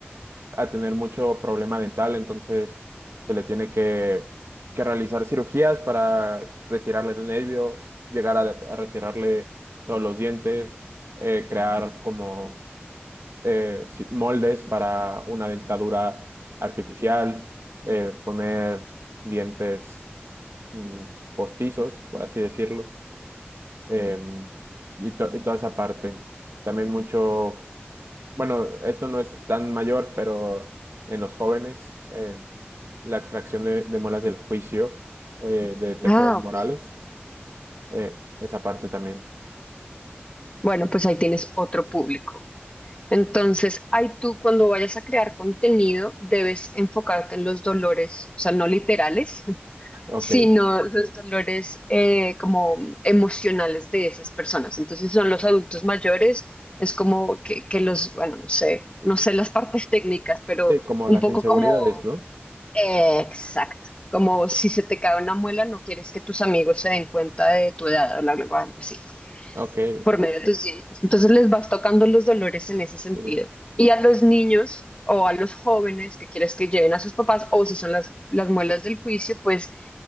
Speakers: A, on the right; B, on the left.
A: a tener mucho problema dental, entonces se le tiene que, que realizar cirugías para retirarle el nervio, llegar a, a retirarle todos los dientes, eh, crear como eh, si- moldes para una dentadura artificial, eh, poner dientes mm, postizos, por así decirlo, em, y, to- y toda esa parte. También mucho bueno, esto no es tan mayor, pero en los jóvenes, eh, la extracción de, de muelas del juicio eh, de terceros
B: Ah,
A: morales,
B: ok.
A: eh, esa parte también.
B: Bueno, pues ahí tienes otro público. Entonces, ahí tú cuando vayas a crear contenido, debes enfocarte en los dolores, o sea, no literales, <laughs>
A: Ok.
B: sino los dolores eh, como emocionales de esas personas. Entonces, si son los adultos mayores, es como que, que los, bueno, no sé, no sé las partes técnicas, pero
A: Sí, como
B: un
A: las
B: poco
A: inseguridades,
B: como,
A: ¿no?
B: eh, exacto, como si se te cae una muela, no quieres que tus amigos se den cuenta de tu edad o algo algo así.
A: Ok.
B: por medio de tus dientes. Entonces les vas tocando los dolores en ese sentido.
A: Sí,
B: Y a los niños o a los jóvenes que quieres que lleven a sus papás, o si son las, las muelas del juicio, pues